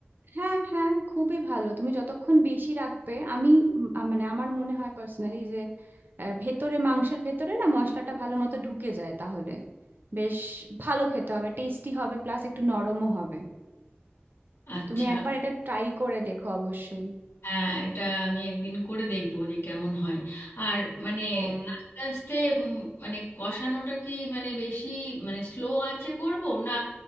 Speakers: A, on the right; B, on the left.
A: হ্যাঁ হ্যাঁ খুবই ভালো তুমি যতক্ষণ বেশি রাখবে আমি উম, আ- মানে আমার মনে হয় পার্সোনালি যে আহ, ভেতরে মাংসের ভেতরে না মশলাটা ভালো মতো ঢুকে যায় তাহলে বেশ ভালো খেতে হবে টেস্টি হবে প্লাস একটু নরমও হবে
B: আচ্ছা
A: তুমি একবার এটা ট্রাই করে দেখো অবশ্যই
B: হ্যাঁ এটা আমি একদিন করে দেখবো যে কেমন হয় আর মানে
A: হ্যাঁ
B: আস্তে আস্তে উম, মানে কষানোটা কি মানে বেশি মানে স্লো আছে করব না